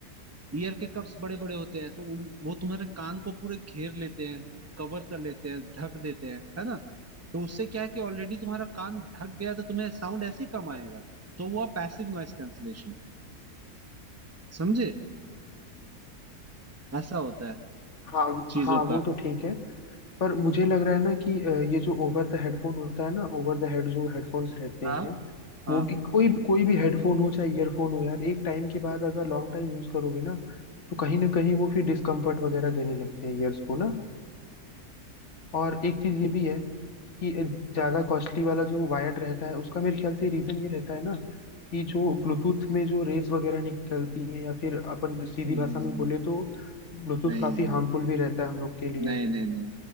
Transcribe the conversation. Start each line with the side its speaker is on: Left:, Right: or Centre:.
Right: ईयर के कप्स बड़े बड़े होते हैं तो उन वो तुम्हारे कान को पूरे घेर लेते हैं कवर कर लेते हैं ढक देते हैं है ना तो उससे क्या है कि ऑलरेडी तुम्हारा कान ढक गया तो तुम्हें साउंड ऐसे ही कम आएगा तो वो पैसिव नॉइज कैंसलेशन समझे ऐसा होता है
Left: हाँ
Right: चीजों
Left: हाँ वो
Right: का
Left: तो ठीक है पर मुझे लग रहा है ना कि अ, ये जो ओवर द हेडफोन होता है ना ओवर द हेड जो हेडफोन्स रहते
Right: हाँ
Left: हैं
Right: हाँ
Left: वो भी कोई कोई भी हेडफोन हो चाहे ईयरफोन हो यार एक टाइम के बाद अगर लॉन्ग टाइम यूज करोगे ना तो कहीं ना कहीं वो फिर डिस्कम्फर्ट वगैरह देने लगते हैं ईयर्स को ना और एक चीज ये भी है कि ज्यादा कॉस्टली वाला जो वायर्ड रहता है उसका मेरे ख्याल से रीजन ये रहता है ना कि जो ब्लूटूथ में जो रेज वगैरह निकलती है या फिर अपन
Right: नहीं
Left: सीधी
Right: नहीं
Left: भाषा
Right: नहीं
Left: में
Right: नहीं
Left: बोले
Right: नहीं
Left: तो ब्लूटूथ
Right: नहीं
Left: काफी
Right: नहीं
Left: हार्मफुल भी रहता है हम लोग के लिए
Right: नहीं नहीं नहीं